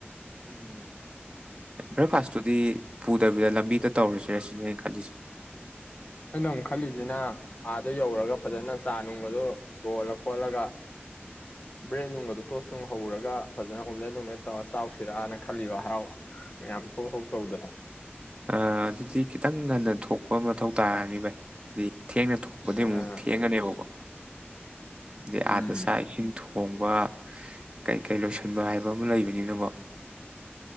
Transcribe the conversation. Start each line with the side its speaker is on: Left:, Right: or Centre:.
Left: ꯎꯝ
Right: ꯕ꯭ꯔꯦꯛꯐꯥꯁꯇꯨꯗꯤ ꯄꯨꯗꯕꯤꯗ ꯂꯝꯕꯤꯗ ꯇꯧꯔꯁꯤꯔ ꯁꯤꯅꯤ ꯑꯩꯅ ꯈꯜꯂꯤꯁꯦ
Left: ꯑꯩꯅ ꯑꯃꯨꯛ ꯈꯜꯂꯤꯁꯤꯅ ꯑꯥꯗ ꯌꯧꯔꯒ ꯐꯖꯅ ꯆꯥ ꯅꯨꯡꯒꯗꯣ ꯂꯣꯜꯂ ꯈꯣꯠꯂꯒ ꯕ꯭ꯔꯦꯠ ꯅꯨꯡꯒꯗꯣ ꯇꯣꯁ ꯅꯨꯡ ꯍꯧꯔꯒ ꯐꯖꯅ ꯑꯣꯝꯂꯦꯠ ꯅꯨꯡꯂꯦꯠ ꯇꯧꯔ ꯆꯥꯎꯁꯤꯔꯅ ꯈꯜꯂꯤꯕ ꯍꯔꯥꯎ ꯃꯌꯥꯝ ꯊꯣꯛ ꯍꯧꯥꯎ ꯇꯧꯗꯅ
Right: ꯑꯗꯨꯗꯤ ꯈꯤꯇꯪ ꯉꯟꯅ ꯊꯣꯛꯄ ꯃꯊꯧ ꯇꯥꯔꯅꯤ ꯕꯥꯢ ꯍꯥꯏꯗꯤ ꯊꯦꯡꯅ ꯊꯣꯛꯄꯗꯤ
Left: ꯑ
Right: ꯑꯃꯨꯛ ꯊꯦꯡꯒꯅꯦꯕꯀꯣ ꯍꯥꯏꯗꯤ
Left: ꯎꯝ
Right: ꯑꯗꯥ ꯆꯥꯛ ꯏꯁꯤꯡ ꯊꯣꯡꯕ ꯀꯩ ꯀꯩ ꯂꯣꯏꯁꯟꯕ ꯍꯥꯏꯕ ꯑꯃꯥ ꯂꯩꯕꯅꯤꯅꯀꯣ